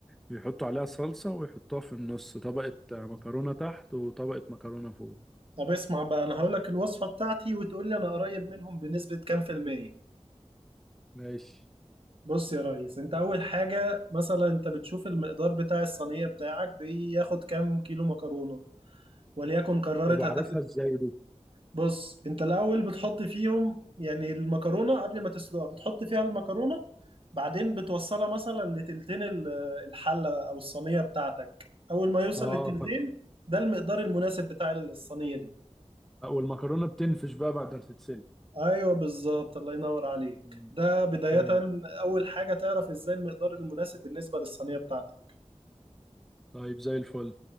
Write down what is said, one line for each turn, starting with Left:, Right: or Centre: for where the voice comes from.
Centre: بيحطوا عليها صلصه ويحطوها في النص طبقه آه، مكرونه تحت وطبقه مكرونه فوق
Right: طب اسمع بقى انا هقول لك الوصفة بتاعتي وتقول لي انا قريب منهم بنسبة كام في المية
Centre: ماشي
Right: بص يا ريس انت اول حاجة مثلا انت بتشوف المقدار بتاع الصينية بتاعك بياخد كام كيلو مكرونة وليكن قررت
Centre: طب اعرفها
Right: هتاخد
Centre: ازاي دي
Right: بص انت الاول بتحط فيهم يعني المكرونه قبل ما تسلقها بتحط فيها المكرونه بعدين بتوصلها مثلا لتلتين ال- الحله او الصينيه بتاعتك اول ما يوصل
Centre: اه
Right: للتلتين ده المقدار المناسب بتاع الصينيه دي
Centre: لا، والمكرونه بتنفش بقى بعد ما تتسلق
Right: ايوه بالظبط الله ينور عليك
Centre: مم.
Right: ده بدايه
Centre: تمام.
Right: اول حاجه تعرف ازاي المقدار المناسب بالنسبه للصينيه بتاعتك
Centre: طيب زي الفل